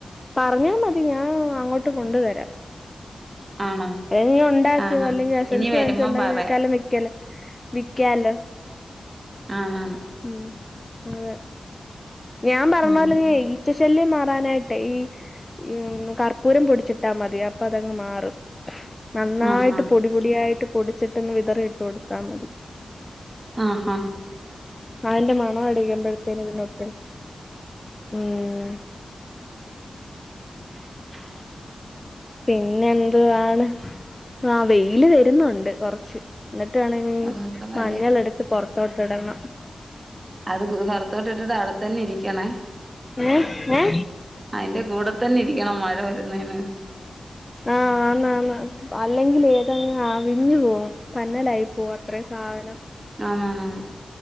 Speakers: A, on the left; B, on the right.
A: പറഞ്ഞാമതി ഞാൻ അങ്ങോട്ട് കൊണ്ട് തെരാം.
B: ആണോ
A: എനി ഒണ്ടാക്കു
B: ആഹാ
A: അല്ലെങ്കി എസ്സെൻസ്
B: ഇനി വരുമ്പം
A: വാങ്ങിച്ചൊണ്ടാക്കുന്നക്കാലം
B: പറയാം
A: വിക്കാലൊ വിക്കാല്ലോ?
B: ആഹ് വാങ്ങാം.
A: ഉം അതെ ഞാൻ പറഞ്ഞോലെ
B: ഉം
A: <unintelligible> ച്ച ശല്യം മാറാനായിട്ടെ ഈ. ഇയ് കർപ്പൂരം പൊടിച്ചിട്ടാ മതി അപ്പതങ്ങ് മാറും. നന്നായിട്ട്
B: ആഹ്
A: പൊടിപൊടിയായിട്ട് പൊടിച്ചിട്ട്ന്ന് വിതറിയിട്ടൊടുത്താ മതി
B: ആഹാഹാ
A: ആന്റെ മണം അടിക്കുമ്പഴത്തേന് പിന്നൊട്ടും ഉം
B: <inaudible>
A: പിന്നെന്തുവാണ് ആ വെയ്ല് വെരുന്നൊണ്ട് കൊറച്ച് ന്ന്ട്ട് വേണെവിന്നി
B: ഓഹ് ഇവിടെ മഴയാ
A: മഞ്ഞളെട്ത്ത് പൊറത്തോട്ട്ടണം
B: അത് ക് പൊറൊത്തോട്ട് ട്ട്ട്ട് അവിടത്തന്നിരിക്കണേ
A: ഏ ഏ
B: അയ്ന്റെ കൂടെ തന്നിരിക്കണം മഴ വരുന്നെന്
A: ആഹ് ആന്നാന്ന് അല്ലെങ്കിലെ ഏതങ് പിഞ്ഞ് പോവും പന്നലായി പോവും അത്രെ സാധനം
B: ആന്നാന്നാന്ന്